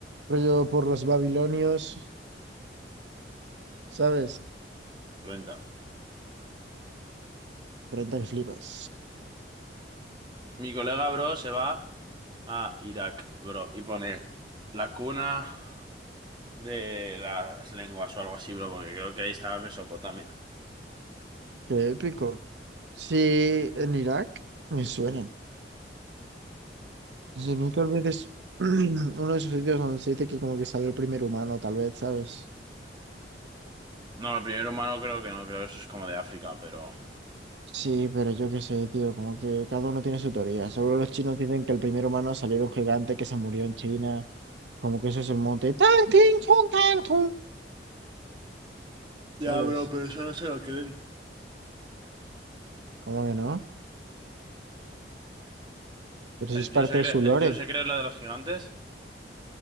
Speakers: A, on the right (about 85°); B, on the right (about 25°).
A: rollo por los babilonios. ¿Sabes?
B: Renta.
A: Renta que flipas.
B: Mi colega, bro, se va a Irak, bro, y pone la cuna de las lenguas o algo así, bro, porque creo que ahí estaba Mesopotamia.
A: Qué épico. Sí, en Irak me suena. Si no, tal vez es <clears throat> uno de esos sitios donde se dice que como que sale el primer humano, tal vez, ¿sabes?
B: No, el primer humano creo que no, creo que eso es como de África, pero...
A: Sí, pero yo qué sé, tío, como que cada uno tiene su teoría. Seguro los chinos dicen que el primer humano salió de un gigante que se murió en China. Como que eso es el monte. Tan, tin, tun, tan, tun,
B: Ya,
A: ¿Sabes?
B: bro, pero eso no se lo creen.
A: ¿Cómo que no? Pero si
B: ¿El
A: es parte
B: yo se
A: de
B: cree,
A: su lore.
B: el yo se cree la de los gigantes?